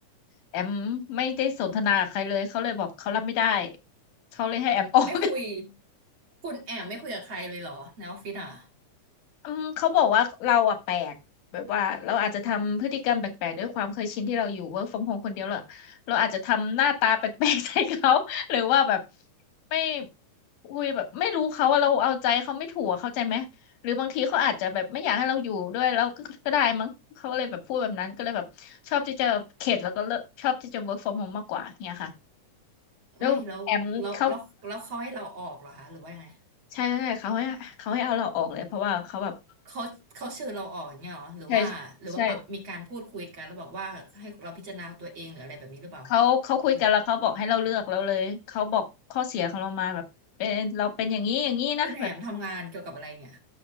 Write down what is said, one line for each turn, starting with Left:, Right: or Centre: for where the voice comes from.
Left: แอมไม่ได้สนทนากับใครเลยเขาเลยบอกเขารับไม่ได้เขาเลยให้แอมออก
Right: ไม่คุยคุณแอมไม่คุยกับใครเลยเหรอในออฟฟิศอ่ะ
Left: อืมเขาบอกว่าเราอะแปลกแบบว่าเราอาจจะทำพฤติกรรมแปลกๆด้วยความเคยชินที่เราอยู่ work from home คนเดียวเราเราอาจจะทำหน้าตาแปลกๆ <laughs> ใส่เขา <laughs> หรือว่าแบบไม่คุยแบบไม่รู้เขาว่าเราเอาใจเขาไม่ถูกอะเข้าใจไหมหรือบางทีเขาอาจจะแบบไม่อยากให้เราอยู่ด้วยแล้วก็ก็ได้มั้งเขาก็เลยแบบพูดแบบนั้นก็เลยแบบชอบที่จะเข็ดแล้วก็เลิกชอบที่จะ work from home มากกว่าเนี่ยค่ะแล้วแอมเขา
Right: ไม่แล้วแล้วแล้วแล้วเขาให้เราออกเหรอคะหรือว่ายังไง
Left: ใช่ใช่เขาให้เขาให้เอาเราออกเลยเพราะว่าเขาแบบ
Right: เขาเขาเชิญเราออกอย่างเงี้ยเหรอหรือว่าหรือว่ามามีการพูดคุยกันแล้วบอกว่าให้เราพิจารณาตัวเองหรืออะไรแบบนี้หรือเปล่า
Left: ใช่ใช่ เขาเขาคุยกันแล้วเขาบอกให้เราเลือกเราเลยเขาบอกข้อเสียของเรามาแบบเป็นเราเป็นอย่างนี้อย่างนี้นะแบบ
Right: หรือคุณแอมทำงานเกี่ยวกับอะไรเนี่ย